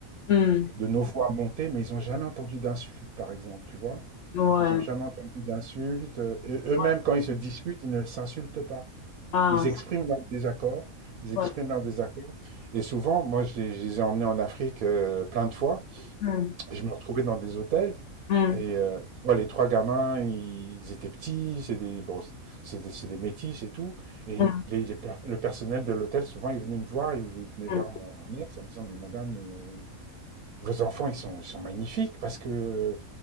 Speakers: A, on the left (about 65°); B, on the right (about 80°).
A: Mmh.
B: de nos voix monter, mais ils ont jamais entendu d'insultes, par exemple, tu vois?
A: Ouais,
B: Ils ont jamais entendu d'insultes. euh, Et eux-mêmes,
A: ouais.
B: quand ils se disputent, ils ne s'insultent pas.
A: Ah,
B: Ils
A: ça,
B: expriment leur désaccord. Ils expriment
A: ouais.
B: leur désaccord. Et souvent, moi, je les, je les ai emmenés en Afrique euh, plein de fois.
A: Mmh.
B: Je me retrouvais dans des hôtels
A: Mmh.
B: et euh, tu vois, les trois gamins, ils étaient petits, c'est des, bon, c'est des, c'est des métis et tout. Et
A: Mmh.
B: les- les per- le personnel de l'hôtel, souvent, ils venaient me voir, ils- ou ils venaient voir
A: Mmh.
B: mon, mon ex en me disant, mais madame, euh, vos enfants, ils sont ils sont magnifiques parce que euh,